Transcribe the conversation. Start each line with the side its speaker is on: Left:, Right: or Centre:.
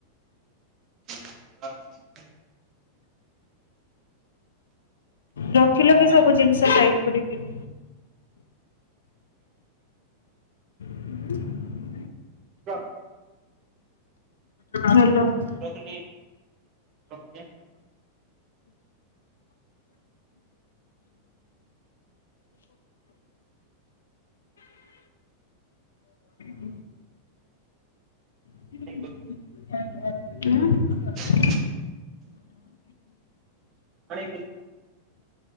Right: <inaudible>
Left: ରଖିଲ କି ସବୁ ଜିନିଷ ଟାଇପ କରିକି? <inaudible>
Right: <inaudible>
Left: ହାଲୋ। <inaudible>
Right: ରଖିଲି ରଖିଲି
Left: <inaudible> <inaudible> <inaudible>
Right: ପାଣି ଗୁଲ ପା ବୁ